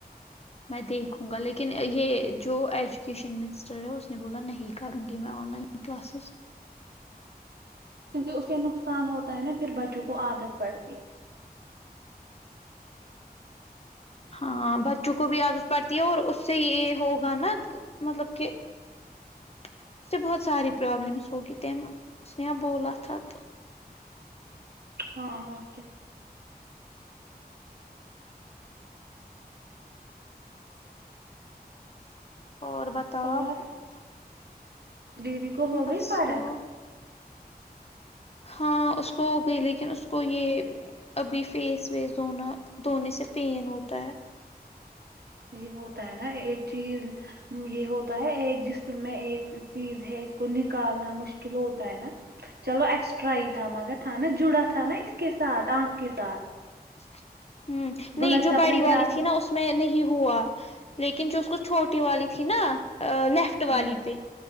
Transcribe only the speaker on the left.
میں دیکھوں گا لیکن یہ جو ایجوکیشن منسٹر ہے اس نے بولا نہیں کروں گی میں آن لائن کلاسز
ہاں بچوں کو بھی عادت پڑتی ہے اور اس سے یہ ہوگا نا مطلب کہ اس سے بہت ساری پرابلمس ہوگی تم اس نےیا بولت <unintelligible> تھا تو <unintelligible>
اور بتاؤ
آپ <unintelligible>
بس
تو ہاں اس کو ہو گئی لیکن اس کو یہ ابھی فیس ویس دھونا دھونے سے پین ہوتا ہے
اچ <unintelligible> ہ
نہیں جو
باڑی والی
تھی نا اس میں نہیں ہوا لیکن جو اس کو چھوٹی والی تھی نا <unintelligible> لیفٹ
والی پہ